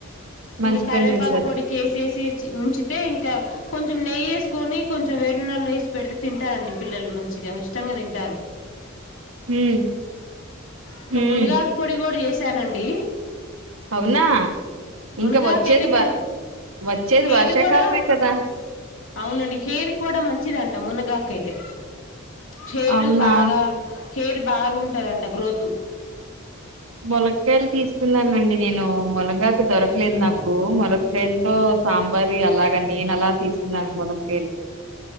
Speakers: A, on the right; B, on the left.
A: మంచి
B: ఇంక కరివేపాకు
A: పని చేసారు
B: పొడి చేసేసి ఉంచితే ఇంకా కొంచెం నెయ్యేసుకొని కొంచెం వడినాలు వేసి పెడితే తింటారండి పిల్లలు మంచిగా ఇష్ట ష్టంగా తింటారు
A: హ్మ్
B: ఇంత
A: హ్మ్
B: మునుగాకు పొడి కూడ చేసి చేశానండి
A: అవునా
B: మునగాకైతే
A: ఇంకా వచ్చేది
B: ఇంకా
A: వర్ వచ్చేది
B: హెయిర్
A: వర్షాకాలమే
B: కూడా
A: కదా
B: అవునండి హెయిర్ కూడా మంచిదంట మునగాకైతే చేరు
A: అవునా
B: బాగా హెయిర్ బాగుంటుదంట గ్రోత్
A: ములక్కాయలు తీసుకున్నానండి నేను ములంగాకు దొరకలేదు నాకు ములకాయలతో సా మరి అలాగ నేను అలా తీసుకున్నాను మొల కేలి